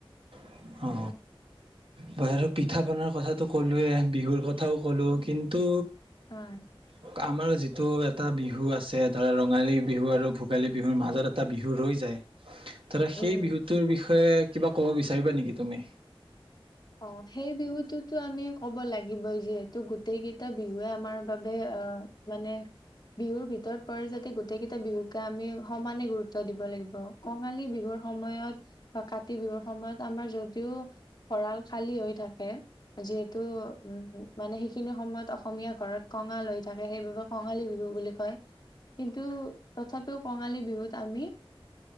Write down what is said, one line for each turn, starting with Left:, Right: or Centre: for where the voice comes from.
Right: অ অ বাৰু আৰু পিঠা পনাৰ কথাতোটো ক'লোয়ে, বিহুৰ কথাও কলো কিন্তু।
Left: হয়
Right: <unintelligible> আমাৰ যিটো এটা বিহু আছে, ধৰা ৰঙালী বিহু আৰু ভোগালী বিহুৰ মাজত এটা বিহু ৰৈ যায়। ধৰা সেই
Left: উম
Right: বিহুটোৰ বিষয়ে কিব ক'ব বিচাৰিবা? বিচাৰিবা নেকি তুমি?
Left: অ সেই বিহুটোতো আমি কব লাগিবই যিহেতু। গোটেই কেইটা বিহুৱে আমাৰ বাবে আহ মানে বিহুৰ ভিতৰত পৰে, যাতে গোটেই কেইটা বিহুকে আমি সমানে গুৰুত্ব দিব লাগিব, কঙালী বিহুৰ সময়ত বা কাতি বিহুৰ সময়ত আমাৰ যিহেতু। ভঁৰাল খালী হৈ থাকে যিহেতু উ মানে সেইখিনি সময়ত অসমীয়া ঘৰত কঙাল হৈ থাকে সেইবাবে কঙালী বিহু বুলি কয় কিন্তু তথাপিও কঙালী বিহুত আমি